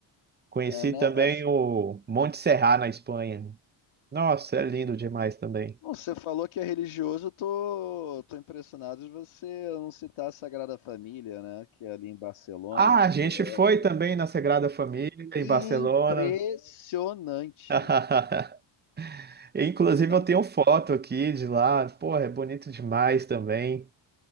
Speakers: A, on the right; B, on the left.
A: Conheci
B: É, né?
A: também
B: as-
A: o Monte Serra na Espanha. Nossa, é lindo demais também.
B: Bom, Você falou que é religioso, eu tô, tô impressionado de você não citar a Sagrada Família, né? Que é ali em Barcelona,
A: Ah,
B: que
A: a gente
B: é
A: foi também na Sagrada Família, em
B: impressionante.
A: Barcelona. <laughs> Inclusive,
B: É
A: eu
B: mu-
A: tenho foto aqui de lá. Porra, é bonito demais também.